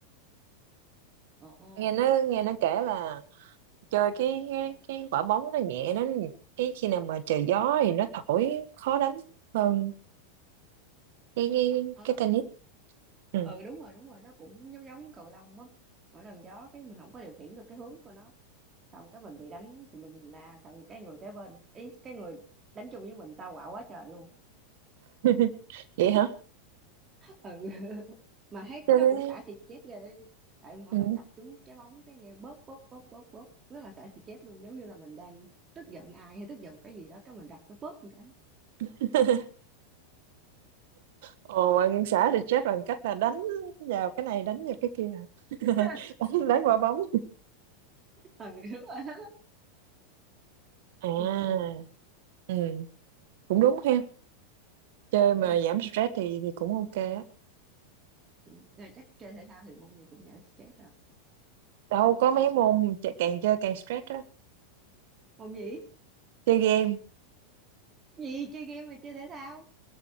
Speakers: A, on the right; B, on the right.
A: ồ
B: Nghe nó nghe nó kể là chơi cái cái, cái quả bóng nó nhẹ nó cái khi nào mà trời gió thì nó thổi khó đánh hơn cái cái
A: À,
B: cái tennis ừ.
A: ừ đúng rồi đúng rồi nó cũng giống giống cầu lông á mỗi lần gió cái mình không có điều khiển được cái hướng của nó xong cái mình bị đánh tùm lum tùm la xong cái người kế bên ý cái người đánh chung với mình tao quạo quá trời luôn
B: <laughs>
A: <laughs>
B: vậy hả
A: ừ <laughs> mà thấy
B: Chơi
A: nó
B: thế.
A: cũng xả xì chết ghê tại mỗi
B: ừ.
A: lần gặp chúng trái bóng cái nghe bóp bóp bóp bóp bóp rất là xả xì chết luôn giống như là mình đang tức giận ai hay tức giận cái gì đó cái mình đập cái bóp một cái
B: <laughs> ồ bạn xã thì chết bằng cách là đánh vào cái này đánh vào cái kia hả? <laughs>
A: <laughs>
B: đánh đánh quả bóng
A: ừ đúng rồi <laughs> đó.
B: à
A: ừ, ừ,
B: ừ cũng đúng ha chơi mà
A: ừ.
B: giảm stress thì thì cũng ok á
A: ừ. Rồi chắc chơi thể thao thì môn gì cũng giảm stress rồi
B: đâu có mấy môn chà- càng chơi càng stress á
A: môn gì
B: chơi game
A: gì chơi game mà chơi thể thao